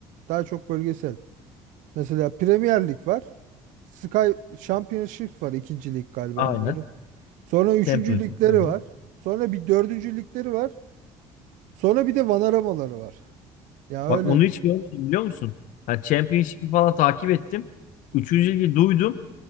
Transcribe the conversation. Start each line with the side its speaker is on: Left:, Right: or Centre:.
Right: Daha çok bölgesel. Mesela Premier Lig var. Sky Championship var ikinci lig galiba
Left: Aynen.
Right: onların. Sonra üçüncü
Left: Championship.
Right: ligleri
Left: Aynen.
Right: var. Sonra bir dördüncü ligleri var. Sonra bir de vanaramaları var. Ya
Left: Bak
Right: öyle
Left: onu
Right: düşün.
Left: hiç görmedim biliyor musun? Ha, Championship'i falan takip ettim. Üçüncü ligi duydum.